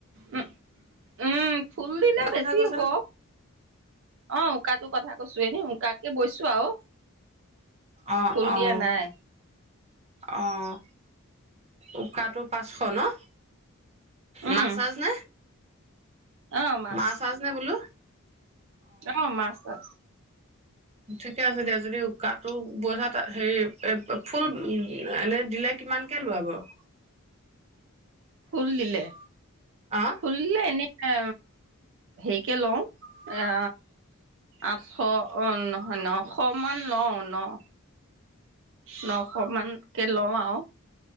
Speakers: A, on the right (about 60°); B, on the right (about 30°).
A: উম উম ফুল দিলে
B: কথা
A: বেছি
B: কৈছা
A: হ'ব
B: নে
A: অ', উকাটো কথা কৈছো এনে উকা এ বৈছো আৰু।
B: অ',
A: ফুল
B: অ'।
A: দিয়া নাই
B: অ', উকাটো পাঁচশ ন'?
A: উম
B: মাছাজ নে?
A: অ মাছ
B: মাছাজ নে বোলো?
A: অ', মাছাজ।
B: ঠিকে আছে দিয়া যদি উকাটো বোৱাত হেৰি ফুল এনে দিলে কিমানকে লোৱা বাৰু?
A: ফুল দিলে।
B: আহ
A: ফুলদিলে এনে এ হেৰিকে লওঁ আ, আঠশ অ', নহয় নশ মান লওঁ ন' ন' অকমানকে লওঁ আও।